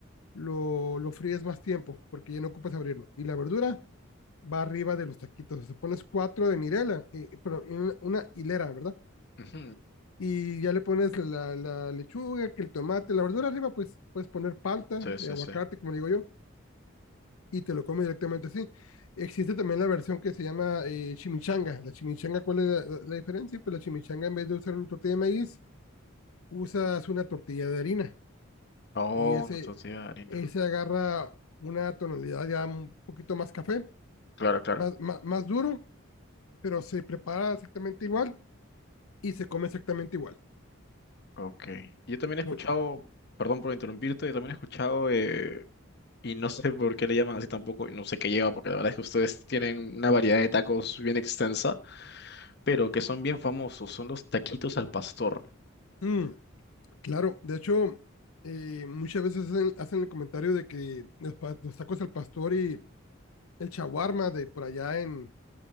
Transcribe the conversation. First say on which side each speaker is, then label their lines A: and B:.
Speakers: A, on the left; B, on the left.
A: lo, lo fríes más tiempo, porque ya no ocupas abrirlo. Y la verdura va arriba de los taquitos. O sea, pones cuatro de Mirela, eh, pero en una, una hilera, ¿verdad?
B: ujú,
A: Y ya le pones la, la lechuga, que el tomate, la verdura arriba, pues puedes poner palta,
B: Sí, sí,
A: eh, aguacate,
B: sí.
A: como le digo yo, y te lo comes directamente así. Existe también la versión que se llama eh, chimichanga. La chimichanga, ¿cuál es la, la- la diferencia? Pues la chimichanga en vez de usar una tortilla de maíz, usas una tortilla de harina
B: Oh,
A: y ese,
B: una tortilla de harina.
A: ese agarra una tonalidad ya un poquito más café,
B: Claro, claro.
A: más, más, más duro, pero se prepara exactamente igual y se come exactamente igual.
B: Ok. Yo también he escuchado,
A: No,
B: perdón por interrumpirte, yo también he escuchado, eh, y no sé por qué le llaman así tampoco, y no sé qué lleva, porque la verdad es que ustedes tienen una variedad de tacos bien extensa, pero que son bien famosos, son los taquitos al pastor.
A: mm, claro, de hecho, eh, muchas veces hacen, hacen el comentario de que los, pa- los tacos al pastor y el chaguarma de por allá en